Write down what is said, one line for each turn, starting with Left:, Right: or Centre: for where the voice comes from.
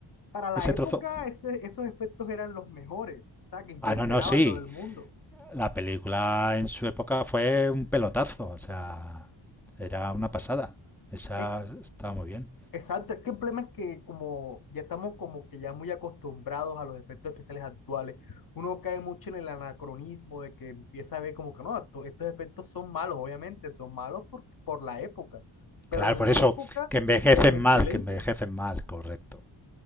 Left: para la
Centre: ese
Left: época,
Centre: trozo.
Left: ese- esos efectos eran los mejores, o sea, que impresionaba
Centre: Ah, no, no, sí.
Left: a todo el mundo.
Centre: La película en su época fue un pelotazo, o sea, era una pasada. Esa
Left: En
Centre: estaba muy bien.
Left: Exacto, es que el problema es que como ya estamos como que ya muy acostumbrados a los efectos especiales actuales, uno cae mucho en el anacronismo de que empieza a ver como que no, esto- estos efectos son malos, obviamente, son malos por, por la época, pero
Centre: Claro,
Left: en
Centre: por
Left: la
Centre: eso,
Left: época
Centre: que envejecen
Left: eran excelentes.
Centre: mal, que envejecen mal, correcto.